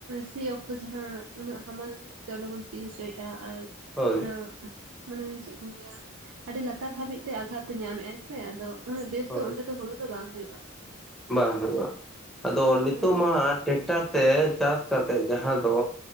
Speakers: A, on the right; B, in the centre.
A: ᱥᱤ ᱚᱠᱛᱚ ᱡᱟᱦᱟᱸ ᱩᱱᱟᱹᱜ ᱦᱟᱢᱟᱞ ᱡᱤᱱᱤᱥᱛᱮ ᱚᱸᱰᱮ ᱵᱚᱱ ᱥᱤ ᱦᱚᱪᱚᱭᱮᱜᱼᱟ ᱟᱨ
B: ᱦᱳᱭ
A: ᱚᱱᱟ ᱢᱟᱱᱮ ᱪᱮᱫ ᱤᱧ ᱞᱟᱹᱭᱟ, ᱟᱹᱰᱤ ᱞᱟᱛᱟᱨ ᱦᱟᱹᱵᱤᱡ ᱛᱮ ᱟᱜᱷᱟᱛ ᱛᱮ ᱧᱟᱢᱮᱫᱼᱟᱭ ᱥᱮ ᱟᱫᱚ ᱩᱱᱟᱹᱜ ᱵᱮᱥ
B: ᱦᱳᱭ
A: ᱫᱚ ᱚᱸᱰᱮ ᱫᱚ ᱦᱩᱲᱩ ᱛᱚ ᱵᱟᱝ ᱦᱩᱭᱩᱜᱼᱟ ᱾
B: ᱵᱟᱝ ᱦᱩᱭᱩᱜᱼᱟ, ᱟᱫᱚ ᱱᱤᱛᱚᱜ
A: ᱦᱳᱭ
B: ᱢᱟ ᱴᱮᱠᱴᱟᱨ ᱛᱮ ᱪᱟᱥ ᱠᱟᱛᱮᱫ ᱡᱟᱦᱟᱸ ᱫᱚ